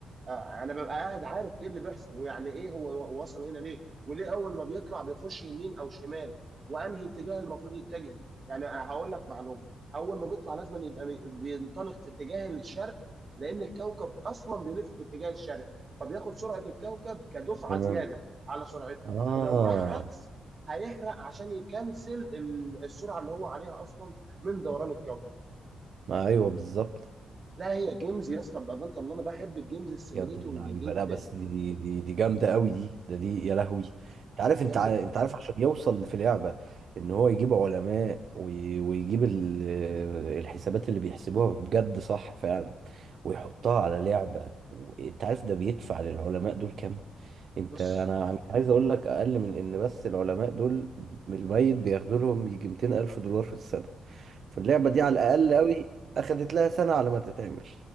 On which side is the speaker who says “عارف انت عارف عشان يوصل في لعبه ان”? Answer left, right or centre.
Right